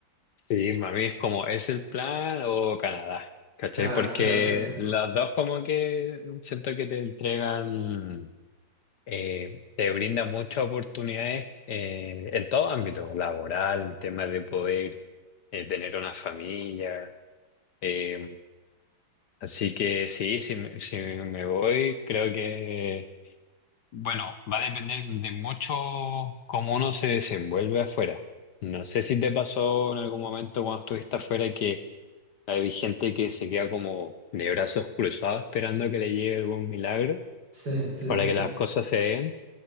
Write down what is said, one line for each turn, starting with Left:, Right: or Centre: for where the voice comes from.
Left: Sí, a mí es como, ¿es el plan o Canadá? ¿Cachai?
Right: Canadá,
Left: Porque
Right: ya, perfecto.
Left: las dos como que siento que te entregan, eh, te brindan muchas oportunidades eh, en todo ámbito, laboral, en temas de poder eh, tener una familia. eh, así que sí, si, me- si me voy, creo que, bueno, va a depender de mucho cómo uno se desenvuelve afuera. No sé si te pasó en algún momento cuando estuviste afuera que hay gente que se queda como de brazos cruzados esperando a que le llegue algún milagro
Right: Sí, sí,
Left: para
Right: sí, sí.
Left: que las cosas se den